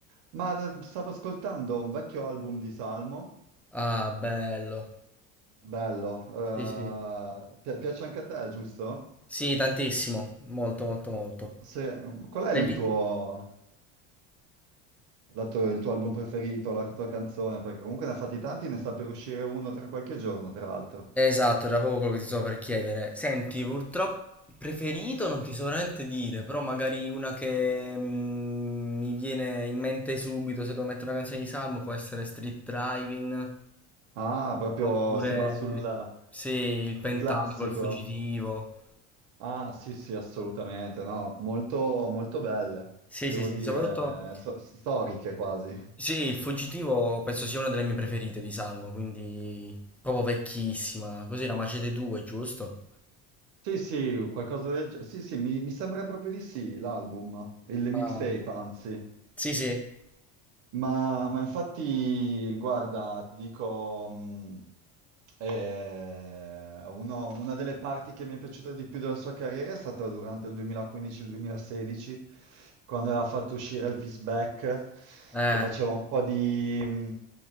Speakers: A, on the right (about 55°); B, in the centre.
A: ma eh, stavo ascoltando un vecchio album di Salmo,
B: Ah, bello.
A: bello, eh,
B: Sì, sì.
A: pi- piace anche a te, giusto?
B: Sì, tantissimo, molto, molto, molto.
A: Se- qual è
B: Hai
A: il
B: vi-
A: tuo, la tua- il tuo album preferito, la tua canzone? Perché comunque ne ha fatti tanti, ne sta per uscire uno tra qualche giorno, tra l'altro.
B: Esatto, era proprio quello che ti stavo per chiedere. Senti, purtroppo preferito non ti so veramente dire, però magari una che mm, mi viene in mente subito se devo mettere una canzone di Salmo può essere Street Driving,
A: Ah, proprio
B: oppure
A: si va sul,
B: sì, il Pentago,
A: sul classico.
B: il Fuggitivo.
A: Ah, sì, sì, assolutamente. No, molto, molto belle,
B: Sì,
A: devo
B: sì, sì,
A: dire,
B: soprattutto...
A: so- storiche quasi.
B: Sì, il fuggitivo penso sia una delle mie preferite di Salmo, quindi proprio vecchissima. Cos'era Macete 2, giusto?
A: Sì, sì, qualcosa del genere. Sì, sì, mi, mi sembra proprio di sì, l'album, il mixtape,
B: Um,
A: anzi.
B: sì, sì.
A: Ma, ma infatti, guarda, ti dico, mh, eh, uno- una delle parti che mi è piaciuta di più della sua carriera è stata durante il 2015-2016, quando aveva fatto uscire Elvis Back,
B: Eh,
A: che faceva un po' di, mh,